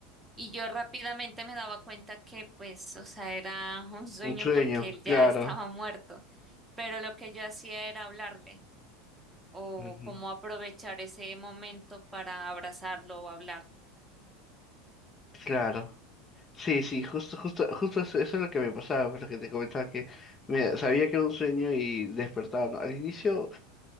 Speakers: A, on the right; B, on the left.
A: y yo rápidamente me daba cuenta que pues, o sea, era un sueño
B: Un sueño,
A: porque él
B: claro.
A: ya estaba muerto. Pero lo que yo hacía era hablarle o
B: Ujú,
A: como aprovechar ese momento para abrazarlo o hablar.
B: Claro. Sí, sí, justo, justo, justo eso eso es lo que me pasaba, pues lo que te comentaba, que me, sabía que era un sueño y despertaba, ¿no? Al inicio,